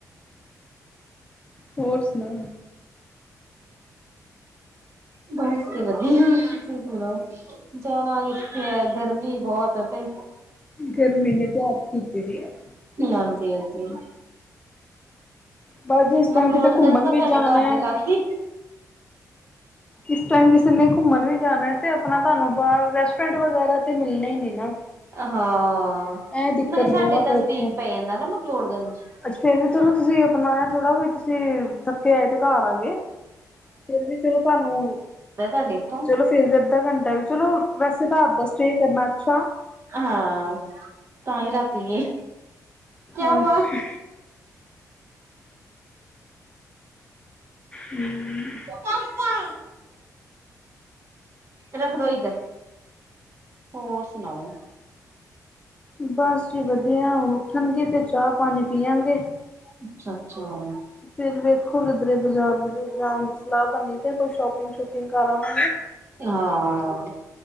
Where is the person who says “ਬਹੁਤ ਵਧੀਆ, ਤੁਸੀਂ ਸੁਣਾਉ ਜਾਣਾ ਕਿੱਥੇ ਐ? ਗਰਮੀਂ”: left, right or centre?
Right